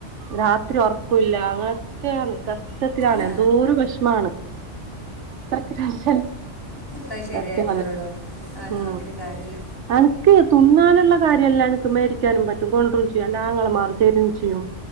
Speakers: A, on the right; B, on the left.
A: രാത്രി ഉറക്കൂില്ല അങ്ങനൊക്കെയാണ് കഷ്ടത്തിലാണ്
B: ആ
A: എന്തോര വിഷമമാണ് അത്രശ
B: അത് ശരിയായിക്കോളൂടോ
A: സത്യ
B: ആ
A: ഉ
B: നോക്കിയിട്ട് കാര്യമില്ല
A: എനിക്ക് തിുന്നാലുള്ള കാര്യമല്ലാം എനിക്ക് മേരിക്കാനും പറ്റ കൊണ്ടും ചെയ്യും ാങ്ങൾ മാർ തെരു ചെയ്യും